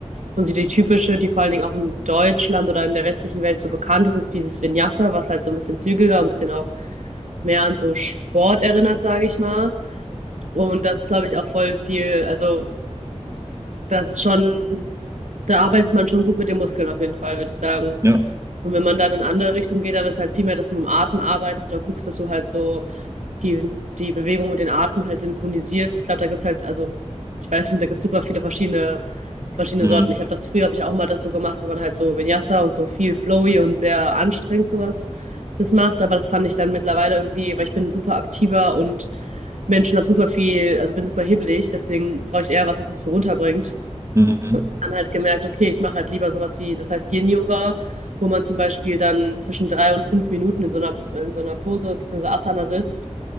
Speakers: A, on the right (about 85°); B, on the right (about 25°).
A: Und die typische, die vor allen Dingen auch in Deutschland oder in der westlichen Welt so bekannt ist, ist dieses Vinyasa, was halt so ein bisschen zügiger, ein bisschen auch mehr an so Sport erinnert, sage ich mal. Und das ist, glaube ich, auch voll viel, also das ist schon, da arbeitet man schon gut mit den Muskeln auf jeden Fall, würde ich sagen.
B: Ja.
A: Und wenn man dann in andere Richtung geht, dann ist halt viel mehr, dass du mit dem Atem arbeitest oder guckst, dass du halt so die, die Bewegung und den Atem halt synchronisierst. Ich glaube, da gibt's halt, also, ich weiß nicht, da gibt's super viele verschiedene, verschiedene
B: Ja.
A: Sorten.
B: Mhm.
A: Ich habe das früher, habe ich auch mal das so gemacht, wo man halt so Vinyasa und so viel flowy und sehr anstrengend sowas das macht. Aber das fand ich dann mittlerweile irgendwie, weil ich bin super aktiver und Menschen habe super viel, also bin super hibbelig, deswegen brauche ich eher was, was mich so runterbringt
B: Mhm.
A: dann halt gemerkt, okay, ich mache halt lieber sowas wie, das heißt Yin-Yoga, wo man zum Beispiel dann zwischen drei und fünf Minuten in so einer, in so einer Pose bzw. Asana sitzt.